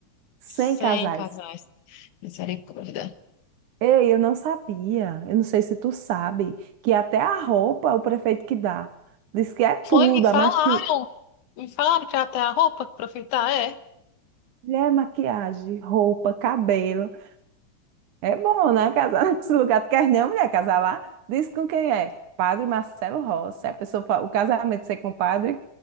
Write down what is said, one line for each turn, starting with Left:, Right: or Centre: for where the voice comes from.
Right: 100
Left: Sem
Right: casais.
Left: casais. Misericórdia.
Right: Ei, eu não sabia. Eu não sei se tu sabe que até a roupa o prefeito que dá. Diz que é tudo,
Left: Foi, me falaram.
Right: a maqui...
Left: Me falaram que até a roupa que pra é.
Right: é maquiagem, roupa, cabelo. É bom, né? Casar <laughs> nesse lugar. Tu quer não, mulher, casar lá? Diz com quem é? Padre Marcelo Rossi. A pessoa, fa- o casamento ser com o padre